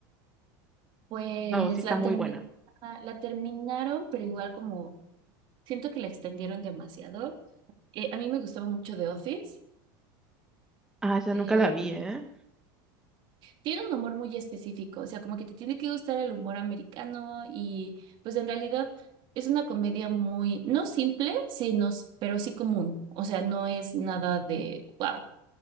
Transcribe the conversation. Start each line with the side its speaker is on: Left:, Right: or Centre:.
Right: Pues
Centre: o si está
Right: la
Centre: muy
Right: termi-
Centre: buena.
Right: la terminaron, pero igual como siento que la extendieron demasiado. Eh, a mí me gustaba mucho The Office.
Centre: Ah, esa
Right: Em,
Centre: nunca la vi, ¿eh?
Right: tiene un humor muy específico, o sea, como que te tiene que gustar el humor americano y pues en realidad es una comedia muy, no simple, sino, s- pero sí común, o sea, no es nada de, wow.